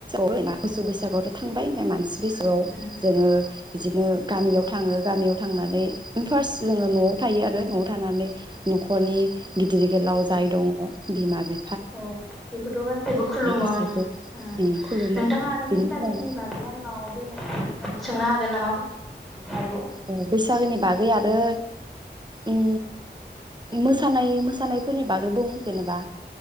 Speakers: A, on the right; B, in the centre.
A: <unintelligible> मोसौ बैसागु आथ ' थांबाय ओमफ्राय मानसि बैसोआव
B: उम
A: जोङो बिदिनो गामियाव थाङो गामियाव थांनानै फार्स्ट जोङो न'आव थायो आरो न'आव थानानै न'खरनि गिदिर गोलाव जाय दङ बिमा बि
B: औ बेखौथ' गासैबो खुलुमो
A: बिसोरखौ
B: ओं उम
A: खुलुमो
B: नोंथाङा आरो
A: बिनि
B: बैसागोनि
A: उनाव
B: बागै आंनाव बेलेग खुइसन सोंनो हागोन नामा बेैसागुनि बागै आरोबाव
A: अ बैसागोनि बागै आरो उम मोसानाय मोसानाय फोरनि बागै बुं जेनेबा